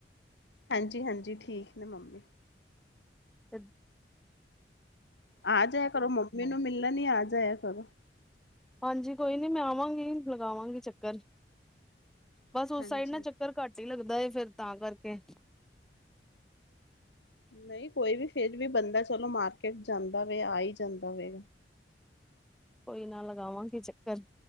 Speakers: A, on the left (about 80°); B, in the centre.
A: ਹਾਂਜੀ-ਹਾਂਜੀ ਠੀਕ ਨੇ ਮੰਮੀ।
B: ਪੇਬ <unintelligible>
A: ਆ ਜਾਇਆ ਕਰੋ ਮੰਮੀ ਨੂੰ ਮਿਲਣ ਹੀ ਆ ਜਾਇਆ ਕਰੋ।
B: ਹਾਂਜੀ, ਕੋਈ ਨੀ ਮੈਂ ਆਵਾਂਗੀ ਲਗਾਵਾਂਗੀ ਚੱਕਰ ਬਸ
A: ਹਾਂਜੀ
B: ਉਸ ਸਾਈਡ ਨਾ ਚੱਕ ਚੱਕਰ ਘੱਟ ਹੀ ਲੱਗਦਾ ਫਿਰ ਤਾਂ ਕਰਕੇ।
A: ਨਹੀਂ, ਕੋਈ ਵੀ ਫਿਰ ਵੀ ਬੰਦਾ ਚਲੋ ਮਾਰਕੀਟ ਜਾਂਦਾ ਵੇ ਆ ਜਾਂਦਾ ਵੇ।
B: ਕੋਈ ਨਾ ਲਗਾਵਾਂਗੀ ਚੱਕਰ